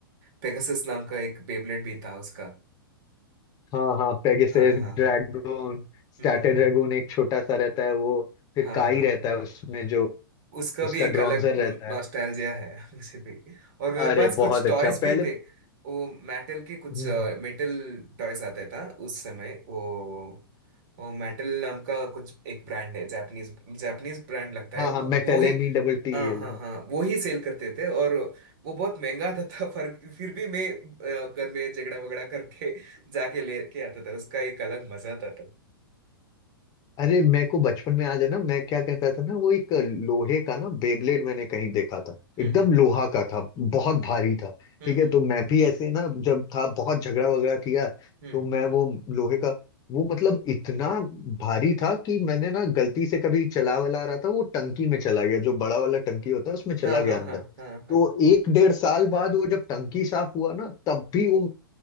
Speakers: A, on the right (about 55°); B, on the left (about 30°).
A: पेगासस नाम का एक बेब्लेड भी था उसका
B: हाँ हाँ पेगासस
A: हाँ हाँ
B: ड्रैगन
A: हाँ
B: स्टार्टर
A: हम्म हम्म
B: ड्रैगन
A: हम्म।
B: एक छोटा सा रहता है वो फिर
A: हाँ
B: काई
A: हाँ
B: रहता
A: हाँ
B: है उसमें जो
A: उसका
B: उसका
A: भी एक
B: ड्रॉन्जर
A: अलग
B: रहता
A: नॉस्टैल्जिया
B: है
A: है <laughs> मुझे भी और मेरे
B: अरे
A: पास कुछ
B: बहुत
A: टॉयज
B: अच्छा
A: भी
B: पहले
A: थे वो मेटल के कुछ
B: हम्म, हम्म,
A: मेटल टॉयज आते था उस समय वो वो मेटल नाम का कुछ एक ब्रांड है जापानीज जापानीज ब्रांड लगता है
B: हाँ हाँ
A: वो
B: मेटल
A: वो ही
B: एम डबल टी
A: हाँ
B: एल
A: हाँ हाँ वो ही सेल करते थे और वो बहुत महंगा आता था पर फिर भी मैं अ, घर में झगड़ा वगड़ा करके जाके लेके आता था उसका एक अलग मजा आता था
B: अरे मेरे को बचपन में याद है ना मैं क्या कहता था ना वो एक लोहे का ना बेब्लेड मैंने कहीं देखा था
A: हम्म
B: एकदम
A: हम्म
B: लोहा का था बहुत भारी था
A: हम्म
B: ठीक है
A: हम्म
B: तो मैं भी ऐसे ना जब था बहुत झगड़ा वगड़ा किया तो
A: हम्म।
B: मैं वो लोहे का वो मतलब इतना भारी था कि मैंने ना गलती से कभी चला वाला रहा था वो टंकी में चला गया जो बड़ा वाला टंकी होता है उसमें चला
A: हाँ
B: गया
A: हाँ
B: अंदर
A: हाँ हाँ हाँ
B: तो एक डेढ़ साल बाद वो जब टंकी साफ हुआ ना तब भी वो